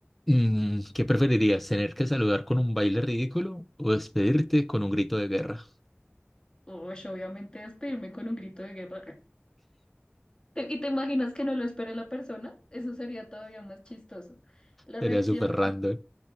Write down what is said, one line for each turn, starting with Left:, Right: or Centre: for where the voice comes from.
Centre: mm, qué preferirías? ¿Tener que saludar con un baile ridículo o despedirte con un grito de guerra?
Left: Uy, obviamente despedirme con un grito de guerra. <laughs> Te- ¿Y te imaginas que no lo espere la persona? Eso sería todavía más chistoso. La
Centre: Sería
Left: reacción,
Centre: súper random.